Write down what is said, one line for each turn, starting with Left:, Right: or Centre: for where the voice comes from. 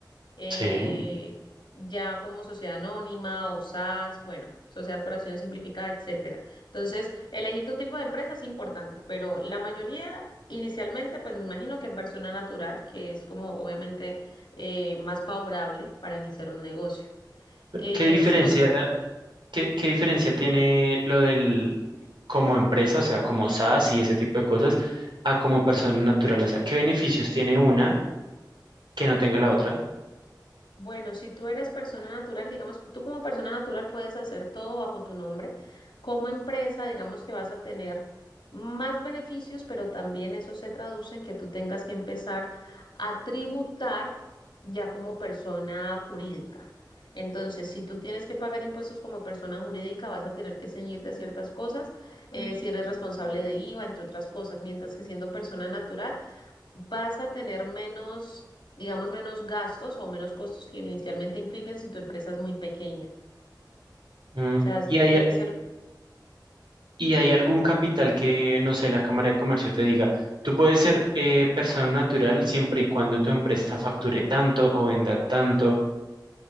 Left: eh,
Right: sí.
Left: ya como sociedad anónima o SAS, bueno, sociedades por acciones simplificadas, etcétera. Entonces, elegir tu tipo de empresa es importante, pero la mayoría inicialmente, pues me imagino que persona natural, que es como obviamente eh, más favorable para iniciar un negocio. Eh,
Right: ¿Qué diferencia,
Left: si no
Right: qué, qué diferencia tiene lo del como empresa, o sea, como SaaS y ese tipo de cosas, a como persona natural? O sea, ¿qué beneficios tiene una que no tenga la otra?
Left: Bueno, si tú eres persona natural, digamos, tú como persona natural puedes hacer todo bajo tu nombre. Como empresa, digamos que vas a tener más beneficios, pero también eso se traduce en que tú tengas que empezar a tributar ya como persona jurídica. Entonces, si tú tienes que pagar impuestos como persona jurídica, vas a tener que ceñirte a ciertas cosas, eh, si eres responsable de IVA, entre otras cosas, mientras que siendo persona natural vas a tener menos, digamos, menos gastos o menos costos que inicialmente implican si tu empresa es muy pequeña.
Right: Mm,
Left: O sea, es
Right: Y hay
Left: inicial,
Right: y
Left: ¿sí?
Right: hay algún capital que, no sé, la Cámara de Comercio te diga, tú puedes ser eh, persona natural siempre y cuando tu empresa facture tanto o venda tanto.